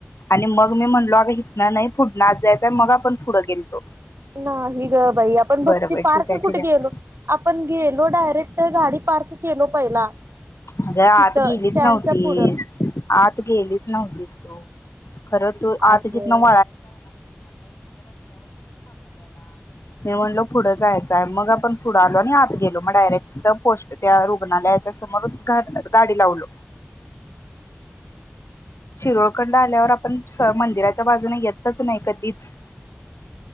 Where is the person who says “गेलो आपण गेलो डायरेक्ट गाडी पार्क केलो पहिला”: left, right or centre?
Right